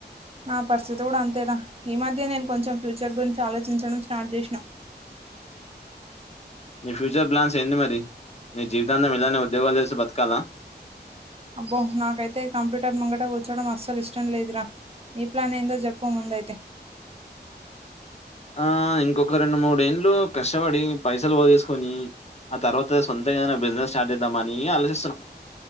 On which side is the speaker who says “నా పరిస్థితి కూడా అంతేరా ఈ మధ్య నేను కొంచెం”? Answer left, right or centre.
Right